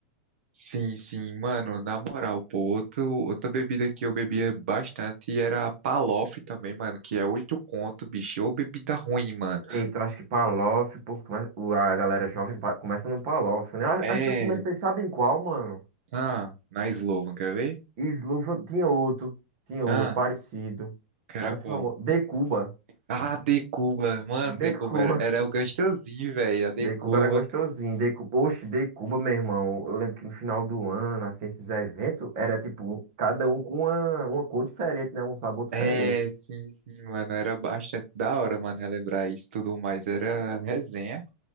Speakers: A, on the right; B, on the right.
A: Sim, sim, mano, na moral, pô, outro, outra bebida que eu bebia bastante era a Palof também, mano, que é oito conto, bicho, ou bebida ruim, mano.
B: Eita, eu acho que Palof, o povo come- o- a galera jovem pa- começa no Palof, né? A-
A: É,
B: Acho que eu comecei, sabe em qual, mano?
A: ah, na Slovan, quer ver?
B: Slufa, tinha outro, tinha
A: Ah,
B: outro, parecido.
A: que era
B: Era
A: qual?
B: famoso. De Cuba.
A: Ah, de Cuba, mano,
B: De
A: de Cuba
B: Cuba.
A: era, era
B: <laughs>
A: o gostosinho, velho, a de
B: De Cuba
A: Cuba.
B: era gostosinho. De Cuba. Oxe, De Cuba, meu irmão. Eu lembro que no final do ano, assim, esses eventos, era tipo, cada um com uma, uma cor diferente, né? Um sabor diferente.
A: É, sim, sim, mano. Era bastante da hora, mano, relembrar isso e tudo mais. Era resenha.